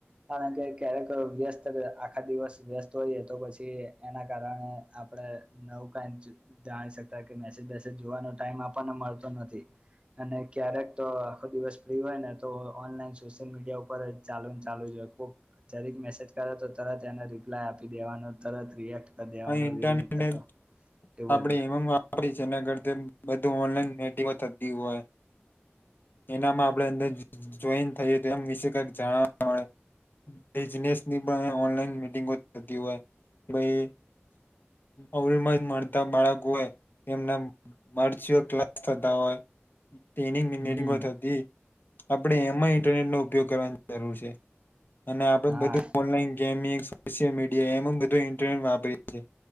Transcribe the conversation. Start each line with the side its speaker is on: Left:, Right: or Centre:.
Right: કારણ કે ક્યારેક વ્યસ્ત આખા દિવસ વ્યસ્ત હોઈએ તો પછી એના કારણે આપડે નવું કઈ જાણી શકતા કે મેજજ જોવાનો ટાઈમ આપણને મળતો નથી અને ક્યારેક તો આખો દિવસ ફ્રી હોય ને તો ઓનલાઈન સોશિયલ મીડિયા ઉપર ચાલુ ચાલુ જો કોક જરીક મેસેજ કરે તો તરત એને રિપ્લાય આપી દેવાનો તરત રિએક્ટ કરી દેવાનો
Left: અહી ઇન્ટરનેટ
Right: રીલ મૂકેતો એ
Left: આપડે
Right: બધું
Left: એમ વાપરી છે એના કરત બધું ઓનલાઈન મીટિંગો થતી હોય એનામાં મા આપડે અંદર જોઈન થઈએ તો એમ વિશે કઈક જાણવા મળે બિઝનેસની પણ ઓનલાઈન મીટિંગો થતી હોય ભઈ અવમાં મળતા બાળકો એમના વર્ચ્યુઅ ક્લાસ થતા હોય. ટ્રેનિંગિ મિનેટમાં
Right: હમ
Left: થતી. આપડે એમાં ઈન્ટરનેટનો ઉપયોગ કરવાની જરૂર છે. અને આપડે
Right: હા
Left: બધું ઓનલાઈન ગેમિંગ સોશ્યલ મીડિયા એમ બધું ઇન્ટરનેટ વાપરી છે.